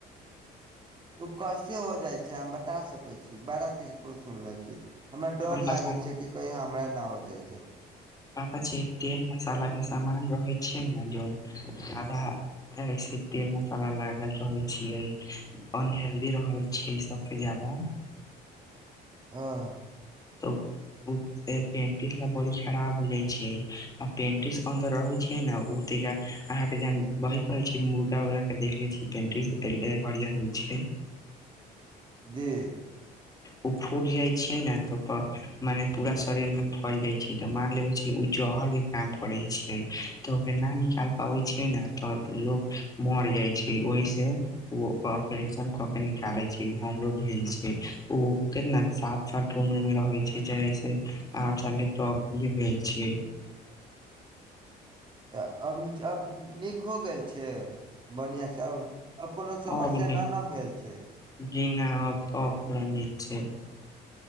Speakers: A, on the right; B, on the left.
A: ओ कैसे हो जाइ छै, अहाँ बता सकै छी बारह किस। ककरो सुनले छी, हमरा डर
B: हम बता
A: लागे छै कि कहीं हमरा न हो जाइ छै।
B: पाता छै, तेल-मसाला के सामान रहै छै ने जो आधा। ऐसे तेल-मसाला लागल रहै छियै, अनहेल्दी रहै छीये सबसँ जादा।
A: तऽ।
B: <unintelligible> पेंटिस बड़ी खराब हो जाइ छै, आ पेंटिस अन्दर रहै छै ने ओ त यार। अहाँ के जहन वहे कहै छी मुर्गा-उर्गा के देखले छीं पेंटिस हरियर होइ छै।
A: जी।
B: ओ फूटि जाइ छै ने तऽ, ओ मने पूरा शरीर में फैल जाइ छै। तऽ मान लेबै छै, ओ जहर के काम करै छै तऽ ओकर न निकाल पाबै छैै ने तऽ लोक। मर जाइ छै ओहिसँ। ओ ओकर ऑपरेशन क के निकालै छै, ओ हमरो भेल छै। ओ कितना सात साल के उम्र में रहै छै, जस आठ साल के तभ भेल छीयै।
A: तऽ अब, अब नीक हो गेल छै। बढ़िया सब, अब कोनो समस्या
B: अब नीक
A: न-न भेल छै।
B: जी नय अब, अब पूरा नीक छै।